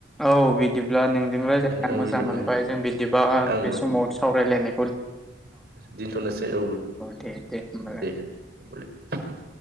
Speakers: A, in the centre; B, on the right.
A: औ बिदिब्ला नोंजों रायज्ला
B: ओ
A: मोजां
B: बिदिबालाय
A: मोनबाय जों बिदिबा
B: आंबो
A: बे समाव सावरायलायनाय
B: दोनथ'नोसै औ
A: दे दे होमबालाय
B: देलाय <inaudible>